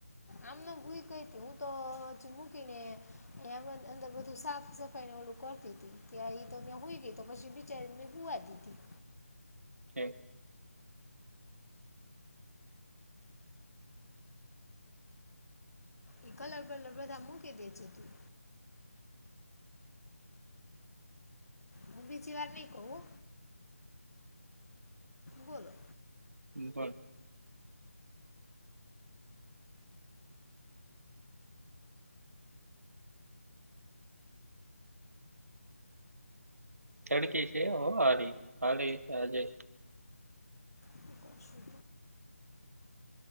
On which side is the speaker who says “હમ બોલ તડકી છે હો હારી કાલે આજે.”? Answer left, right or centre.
Right